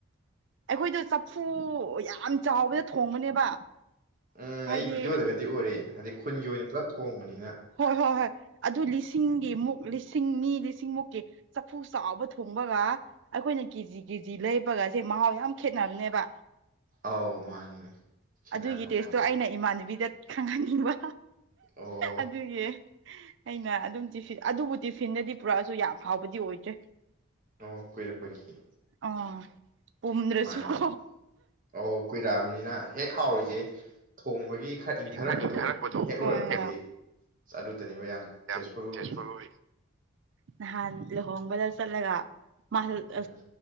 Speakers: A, on the right; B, on the right.
A: ꯑꯩꯈꯣꯏꯗ ꯆꯐꯨ ꯌꯥꯝ ꯆꯥꯎꯕꯗ ꯊꯣꯡꯕꯅꯦꯕ
B: ꯎꯝ
A: ꯍꯥꯏꯗꯤ
B: ꯑꯩ ꯚꯤꯗꯤꯑꯣꯗꯒꯗꯤ ꯎꯔꯦ ꯍꯥꯏꯗꯤ ꯈꯨꯟꯒꯤ ꯑꯣꯏꯅ ꯄꯨꯂꯞ ꯊꯣꯡꯕꯅꯤꯅ
A: ꯍꯣꯏ ꯍꯣꯏ ꯍꯣꯏ ꯑꯗꯨ ꯂꯤꯁꯤꯡꯒꯤ ꯃꯨꯛ ꯂꯤꯁꯤꯡꯅꯤ ꯂꯤꯁꯤꯡꯃꯨꯛꯀꯤ ꯆꯐꯨ ꯆꯥꯎꯕ ꯊꯣꯡꯕꯒ ꯑꯩꯈꯣꯏꯅ ꯀꯦꯖꯤ ꯀꯦꯖꯤ ꯂꯩꯕꯒꯁꯦ ꯃꯍꯥꯎ ꯌꯥꯝ ꯈꯦꯠꯅꯕꯅꯦꯕ
B: ꯑꯧ ꯃꯥꯅꯤꯅꯦ ꯈꯦꯠꯅꯔꯝꯗꯧ
A: ꯑꯗꯨꯒꯤ ꯇꯦꯁꯇꯣ
B: ꯃꯥꯜꯂꯦ
A: ꯑꯩꯅ ꯏꯃꯥꯟꯅꯕꯤꯗ ꯈꯪꯍꯟꯅꯤꯡꯕ
B: ꯑꯣ
A: ꯑꯗꯨꯒꯤ ꯑꯩꯅ ꯑꯗꯨꯝ ꯇꯤꯐꯤꯟ ꯑꯗꯨꯕꯨ ꯇꯤꯐꯤꯟꯗꯗꯤ ꯄꯨꯔꯛꯑꯁꯨ ꯌꯥꯝ ꯍꯥꯎꯕꯗꯤ ꯑꯣꯏꯗ꯭ꯔꯦ
B: ꯑꯣ ꯀꯨꯏꯔꯛꯄꯒꯤ
A: ꯑꯥ ꯄꯗ꯭ꯔꯁꯨ
B: ꯃꯥꯅꯤ
A: ꯍ
B: ꯑꯧ ꯀꯨꯏꯔꯛꯑꯕꯅꯤꯅ ꯍꯦꯛ ꯍꯥꯎꯔꯤꯁꯦ ꯊꯣꯡꯕꯒꯤ ꯈꯔ ꯏꯪꯊꯔꯛꯄꯗꯣ
A: ꯊꯛꯄ
B: ꯍꯦꯛ ꯂꯣꯏꯔꯛꯄꯒꯤ ꯑꯁ ꯑꯗꯨꯗꯅꯦꯕ
A: ꯌꯥꯝ
B: ꯇꯦꯁꯐꯨꯜ ꯑꯣꯏꯔꯤꯁꯦ
A: ꯇꯦꯖꯄꯨꯔ ꯑꯣꯏ ꯅꯍꯥꯟ ꯂꯨꯍꯣꯡꯕꯗ ꯆꯠꯂꯒ ꯃꯥꯜ
B: ꯎꯝ